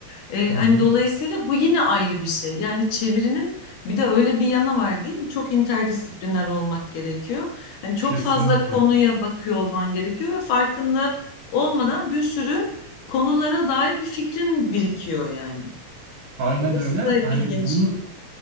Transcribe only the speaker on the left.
Ee,
hani
dolayısıyla bu yine ayrı bir şey. Yani çevirinin bir de öyle bir yanı var değil mi? Çok interdisipliner olmak gerekiyor. Hani çok
fazla konuya bakıyor olman gerekiyor ve farkında olmadan bir sürü konulara dair bir fikrin birikiyor yani.
Orası
da hep
ilginç.